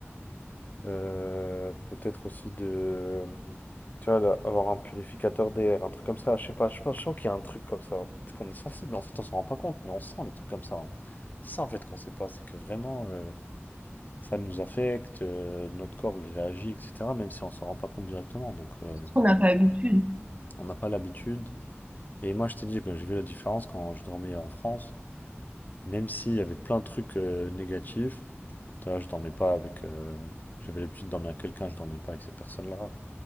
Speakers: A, on the left; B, on the right.
A: Euh, peut-être aussi de, tu vois, là, avoir un purificateur d'air, un truc comme ça. Je sais pas, je pense, je sens qu'il y a un truc comme ça. Peut-être qu'on est sensible, en fait, on s'en rend pas compte, mais on sent les trucs comme ça. hein. C'est ça, en fait, qu'on sait pas. C'est que vraiment, euh, ça nous affecte, euh, notre corps, il réagit, etc., même si on s'en rend pas compte directement. Donc, euh,
B: On n'a pas l'habitude.
A: on n'a pas l'habitude. Et moi, je t'ai dit que j'ai vu la différence quand je dormais en France, même s'il y avait plein de trucs euh, négatifs. Tu vois, je dormais pas avec. euh, j'avais l'habitude de dormir avec quelqu'un, je dormais pas avec cette personne-là.